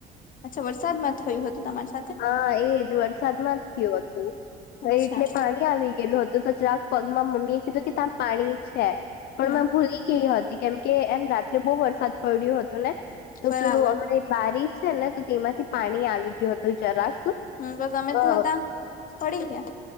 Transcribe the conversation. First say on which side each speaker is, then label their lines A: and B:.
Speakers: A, on the left; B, on the left.
A: અચ્છા વરસાદ માં થયું હતું તમારે
B: હા એજ વરસાદમાં જ થયું હતું
A: અચ્છા
B: એટલે પાણી આવી ગયેલું હતું તો જરાક પગમાં મમ્મી એ કીધું કે ત્યાં પાણી છે પણ
A: હમ
B: મેં ભૂલી કે એ હતી કેમકે એમ રાત્રે બહુ વરસાદ પડ્યો હતો ને તો
A: બરાબર
B: પેલું <unintelligible> બારી છે ને તો તેમાંથી પાણી આવી ગયું હતું જરાક
A: હ તો તમે તો
B: અ
A: તો ત્યાં પડી ગયા.